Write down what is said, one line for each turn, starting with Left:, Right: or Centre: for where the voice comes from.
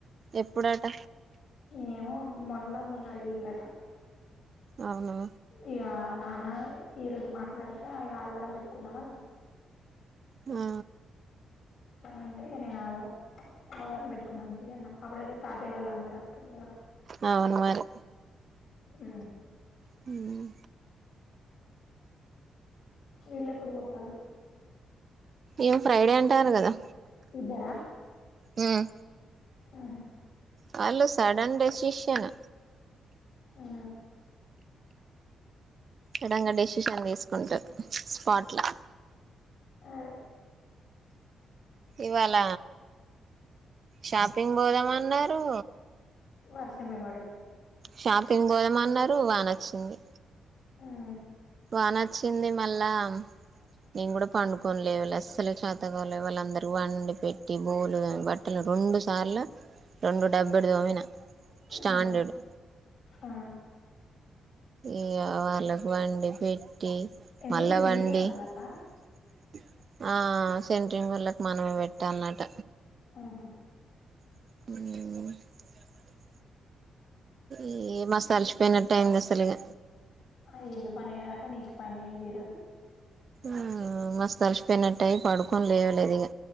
Right: ఎప్పుడట
Left: ఏమో మొన్నలా మన్న అడిగిలదా
Right: అవునా
Left: ఇక నాన్న ఈరోజు మాట్లాడితే అ ఆలవారం పెట్టుకున్నామని
Right: ఆ
Left: అంటే నేనుఆగలేను ఆదివారం పెట్టుకుందాం తీ అన్న అప్పుడయితే తాతయ్య వాళ్ళు అందరు అస్తారుకద
Right: అవును మరి
Left: ఆ
Right: హ్మ్
Left: వీళ్ళ ఎప్పుడు పోతాలు
Right: ఏం ఫ్రైడే అంటాను కదా
Left: ఇద్దార
Right: హ్మ్
Left: ఆహా
Right: వాలుు సడన్ డెసిషన్
Left: ఆ
Right: ఎడంగా డెసిషన్ తీసుకుంటారు స్పాట్లా
Left: ఆ
Right: ఇవాళ షాపింగ్ పోదామన్నారు
Left: వారషమె పడే
Right: షాపింగ్ పోదమన్నారు వనొచ్చింది
Left: ఉమ్,
Right: తా నచ్చింది మళ్ళా నేను కూడా పండుకు కొనిలే వాళ్ళు అస్సలు చేతగాలే వాళ్ళు అందరుూ వండి పెట్టి బూలుని బట్టలు రెండుసార్లు రెండు డెబ్బై దోమిన స్టాండర్డ్
Left: ఏం- ఆ,
Right: ఇ వాళ్ళకు వండి పెట్టి కీ
Left: ఎందుకు
Right: మల్లవడిఆ
Left: మీరే వండాలా
Right: జెన్ పం వళ్కి మనమే పెట్టాలన్నట
Left: ఆహా
Right: <inaudible> ఏ మసల్చిపోయినట్టు అయింది అసలుగా
Left: ఆ ఇల్లు పనిదాకా నీకు పని తీరదు
Right: ఆ మస్తు అలిసిపోయినట్టయి పడుకొని లేవలేదు ఇ